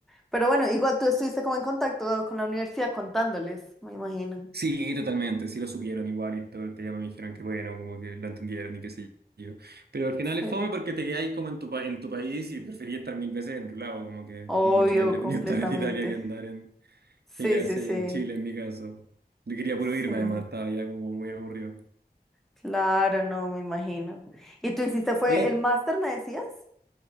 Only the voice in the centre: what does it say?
Pero bueno, igual tú estuviste como en contacto con la universidad contándoles, me imagino.
Sí.
Obvio,
completamente.
Sí,
sí, sí,
sí.
Claro, no, me imagino. ¿Y tú hiciste fue
el máster, me decías?